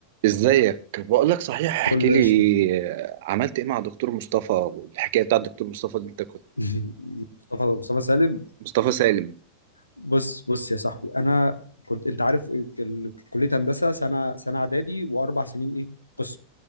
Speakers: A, on the right; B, on the left.
A: ازيك بقول لك صحيح احكي
B: كله
A: لي
B: قشطه
A: آه، عملت ايه مع دكتور مصطفى والحكايه بتاعت دكتور مصطفى دي انت كنت
B: <laughs> مصطفى مصطفى سالم
A: مصطفى سالم
B: بص بص يا صاحبي انا كنت انت عارف ال- كليه هندسه سنه سنه اعدادي واربع سنين ايه قسم